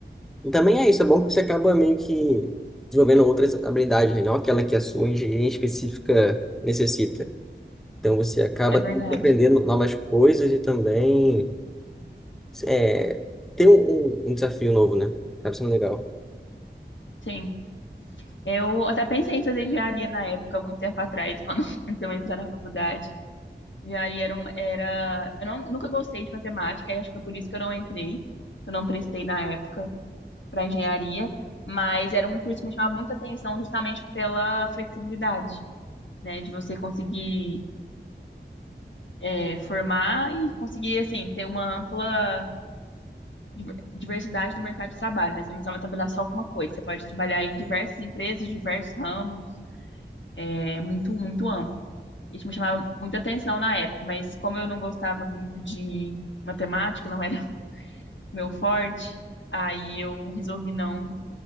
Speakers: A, in the centre; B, on the left (about 80°).
A: E também é isso, é bom que você acaba meio que desenvolvendo outras habilidades, né? não aquela que a sua engenharia específica necessita. Então você acaba
B: é verdade.
A: aprendendo novas coisas e também é, ter um, um- um desafio novo, né? Acaba sendo legal.
B: Sim. Eu até pensei em fazer engenharia na época, muito tempo atrás, quando <laughs> antes de eu entrar na faculdade. Engenharia era, um- era... Eu não, nunca gostei de matemática, e acho que foi por isso que eu não entrei. Eu não prestei na época para engenharia, mas era um curso que me chamava muita atenção justamente pela flexibilidade, né? De você conseguir é, formar e conseguir, assim, ter uma ampla diver- diversidade no mercado de trabalho, né? Você não precisava trabalhar só com uma coisa, você pode trabalhar em diversas empresas, diversos ramos, é muito, muito amplo. Isso me chamava muita atenção na época, mas como eu não gostava muito de matemática, não era meu forte, aí eu resolvi não,